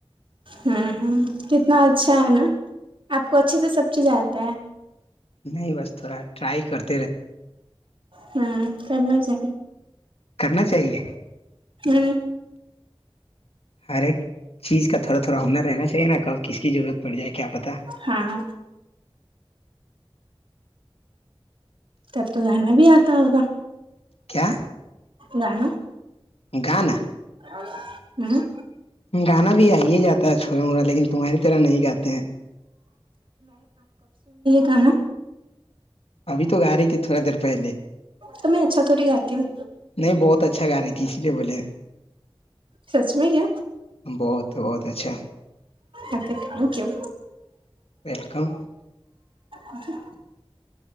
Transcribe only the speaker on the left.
نہیں بس تھڑا رائی کرتا
کرنا چاہیے
ہر ایک چیز کا تھوڑا تھوڑا ہونار رہنا چاہیے نا کب کس کی ضرورت پڑ جائے کیا پتا
کیا
گانا
گانا بھی آئیے جاتا ہے چھوٹا موٹا لیکن تمہاری طرح نہیں گاتے ہیں
ابھی تو گا رہی تھی تھوڑا دیر پہلے
نہیں بہت اچھا گا رہی تھی اس لیے بولے
بہت تو بہت اچھا
ویلکم